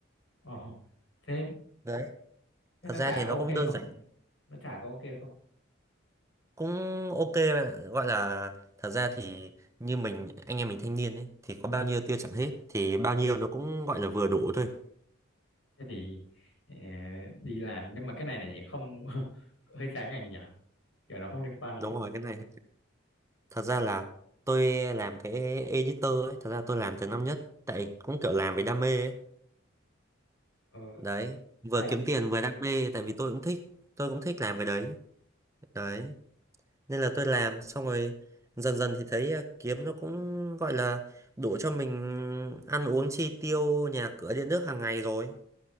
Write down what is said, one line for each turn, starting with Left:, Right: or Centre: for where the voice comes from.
Left: ờ, thế
Right: đấy
Left: thế
Right: thật
Left: nó
Right: ra
Left: trả
Right: thì
Left: có
Right: nó
Left: ok
Right: cũng đơn
Left: không
Right: giản
Left: nó trả có ok không
Right: cũng ok bạn ạ. gọi là thật ra thì như mình anh em mình thanh niên ấy thì có bao nhiêu tiêu chẳng hết thì bao nhiêu nó cũng gọi là vừa đủ thôi
Left: thế thì ờ, đi làm nhưng mà cái này này không <laughs> hơi trái ngành nhở kiểu nó không liên quan lắm
Right: đúng rồi cái này thật ra là tôi làm cái editor ấy thật ra tôi làm từ năm nhất tại cũng kiểu làm vì đam mê ấy
Left: ờ,
Right: đấy vừa
Left: tại
Right: kiếm tiền vừa đam mê tại vì tôi cũng thích tôi cũng thích làm cái đấy đấy nên là tôi làm xong rồi dần dần thì thấy ờ, kiếm nó cũng gọi là đủ cho mình ăn uống chi tiêu nhà cửa điện nước hàng ngày rồi